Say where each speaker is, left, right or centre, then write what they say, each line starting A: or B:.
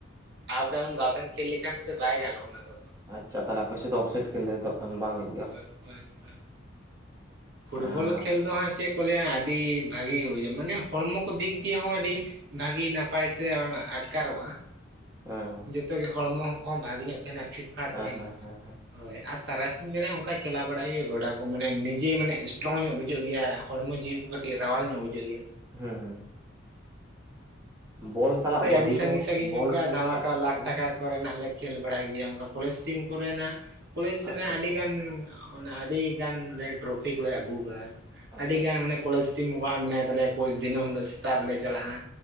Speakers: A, on the right (about 55°); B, on the right (about 15°).
A: ᱟᱯ ᱰᱟᱣᱩᱱ ᱵᱟᱵᱮᱱ ᱠᱷᱮᱞ ᱞᱮᱠᱷᱟᱱ ᱥᱮ ᱵᱟᱭ ᱜᱟᱱᱚᱜᱼᱟ ᱚᱱᱟ ᱠᱚᱫᱚ᱾
B: ᱟᱪᱪᱷᱟ ᱛᱟᱦᱮ ᱟᱯᱮ ᱥᱮᱫ ᱚᱥᱟᱭᱤ ᱠᱷᱮᱞ ᱨᱮᱫᱚ ᱠᱷᱟᱱ ᱵᱟᱝ ᱦᱩᱭᱩᱜᱼᱟ᱾
A: ᱦᱳᱭ ᱦᱳᱭ ᱦᱳᱭ ᱯᱷᱩᱴᱵᱚᱞ
B: ᱦᱮᱸ
A: ᱠᱷᱮᱞ ᱫᱚ ᱦᱟᱸᱜ ᱪᱮᱫ ᱠᱚ ᱞᱟᱹᱭᱟ ᱟᱹᱰᱤ ᱵᱷᱟᱜᱮ ᱜᱮ ᱵᱩᱡᱷᱟᱹᱜᱼᱟ, ᱢᱟᱱᱮ ᱦᱚᱲᱢᱚ ᱠᱚ ᱫᱤᱠ ᱫᱤᱭᱮ ᱦᱚᱸ ᱟᱹᱰᱤ ᱵᱷᱟᱹᱜᱮ ᱱᱟᱯᱟᱭ ᱥᱮ ᱟᱴᱠᱟᱨᱚᱜᱼᱟ᱾
B: ᱦᱮᱸ᱾
A: ᱡᱚᱛᱚ ᱜᱮ ᱦᱚᱲᱢᱚ ᱠᱚ ᱵᱷᱟᱹᱜᱮ ᱧᱚᱜ ᱛᱟᱦᱮᱱᱟ, ᱯᱷᱤᱴᱯᱷᱟᱴ
B: ᱦᱮᱸ
A: ᱛᱟᱦᱮᱱᱟ᱾
B: ᱦᱮᱸ ᱦᱮᱸ
A: ᱦᱳᱭ ᱟᱨ ᱛᱟᱨᱟᱥᱤᱧ ᱵᱮᱲᱟ ᱚᱱᱠᱟᱭ ᱪᱟᱞᱟᱣ ᱵᱟᱲᱟᱭ ᱦᱚᱭᱳᱜ ᱜᱚᱰᱟ ᱠᱚ, ᱢᱟᱱᱮ ᱱᱤᱡᱮ ᱢᱟᱱᱮ ᱥᱴᱨᱚᱝ ᱧᱚᱜ ᱵᱩᱡᱷᱟᱹᱜ ᱜᱮᱭᱟ, ᱦᱚᱲᱢᱚ ᱡᱤᱣᱤ ᱠᱚ ᱠᱟᱹᱴᱤᱡ ᱨᱟᱣᱟᱞ ᱧᱚᱜ ᱵᱩᱡᱷᱟᱹᱜ ᱜᱮᱭᱟ᱾
B: ᱦᱮᱸ ᱦᱮᱸ, ᱵᱚᱞ ᱥᱟᱞᱟᱜ
A: ᱦᱳᱭ
B: ᱵᱚᱰᱤ
A: ᱟᱹᱰᱤ ᱥᱟᱺᱜᱤᱧ
B: ᱵᱚᱠᱥ
A: ᱥᱟᱺᱜᱤᱧ
B: ᱵᱚᱞ
A: ᱚᱱᱠᱟᱜ
B: ᱥᱟᱞᱟᱜ
A: ᱫᱷᱟᱢᱟᱠᱟ ᱞᱟᱠᱷ
B: ᱦᱮᱸ
A: ᱴᱟᱠᱟ ᱠᱚᱨᱮᱱᱟᱜ ᱞᱮ ᱠᱷᱮᱞ ᱵᱟᱲᱟᱭ ᱜᱮᱭᱟ, ᱚᱱᱠᱟ ᱠᱚᱞᱮᱡᱽ ᱴᱤᱢ ᱠᱚᱨᱮᱱᱟᱜ ᱠᱚᱞᱮᱡᱽ
B: ᱟᱪᱪᱷᱟ
A: ᱨᱮᱱᱟᱜ ᱟᱹᱰᱤᱜᱟᱱ ᱚᱱᱮ ᱟᱹᱰᱤ ᱜᱟᱱ ᱞᱮ ᱴᱨᱚᱯᱤᱠ ᱠᱚᱞᱮ ᱟᱹᱜᱩ ᱟᱠᱟᱫᱟ,
B: ᱟᱪᱪᱷᱟ
A: ᱟᱹᱰᱤ ᱜᱟᱱ
B: ᱟᱪᱪᱷᱟ
A: ᱢᱟᱱᱮ ᱠᱚᱞᱮᱡᱽ ᱴᱤᱢ ᱚᱝᱠᱟ ᱢᱮᱱᱟᱭ ᱛᱟᱞᱮᱭᱟ ᱠᱳᱪ ᱫᱤᱹᱢ ᱦᱤᱞᱳᱜ ᱥᱮᱛᱟᱜ ᱨᱮᱞᱮ ᱪᱟᱞᱟᱜᱼᱟ᱾